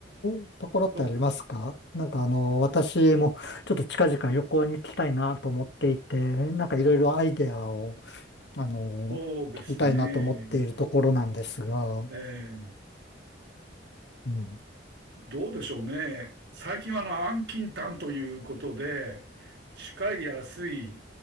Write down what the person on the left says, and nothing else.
うところってありますかなんかあのー私もちょっと近々旅行に行きたいなと思っていて、
なんかいろいろアイデアを、あのー聞きたいなと思っているところなんですが、
うん。